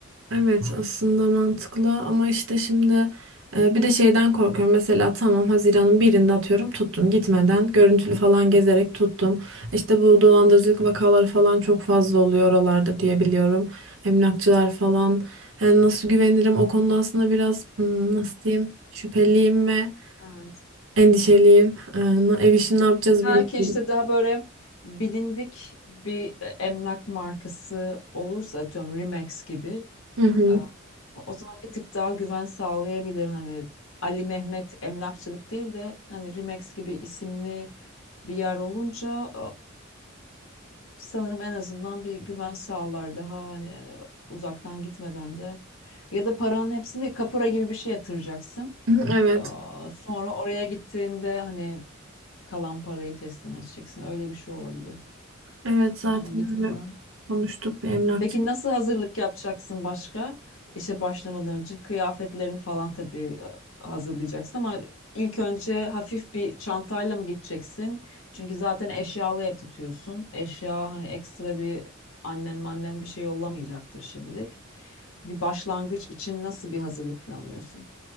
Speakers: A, on the right; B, on the left.
A: Evet aslında mantıklı ama işte şimdi e, bir de şeyden korkuyorum. Mesela tamam Haziran'ın birinde atıyorum tuttum gitmeden görüntülü falan gezerek tuttum. İşte bu dolandırıcılık vakaları falan çok fazla oluyor oralarda diye biliyorum. Emlakçılar falan Yani nasıl güvenirim o konuda aslında biraz hmm, nasıl diyeyim şüpheliyim ve
B: Evet.
A: endişeliyim. E, na- ev işini ne yapacağız
B: Belki
A: bilmiyorum.
B: işte daha böyle bilindik bir e, emlak markası olursa atıyorum Remax gibi
A: Hı hı.
B: e, o zaman bir tık daha güven sağlayabilir hani Ali Mehmet emlakçılık değil de hani Remax gibi isimli bir yer olunca sanırım en azından bir güven sağlar daha hani uzaktan gitmeden de. Ya da paranın hepsini kapora gibi bir şey yatıracaksın.
A: <clears throat> Hı hı, Evet.
B: Aa, Sonra oraya gittiğinde hani kalan parayı teslim edeceksin. Öyle bir şey olabilir.
A: Evet zaten
B: Ama gitmeden
A: öyle konuştuk bir emlakçı.
B: Peki nasıl hazırlık yapacaksın başka? İşe başlamadan önce kıyafetlerini falan tabii e, hazırlayacaksın ama ilk önce hafif bir çantayla mı gideceksin? Çünkü zaten eşyalı ev tutuyorsun. Eşya hani ekstra bir annen mannen bir şey yollamayacaktır şimdilik. Bir başlangıç için nasıl bir hazırlık planlıyorsun?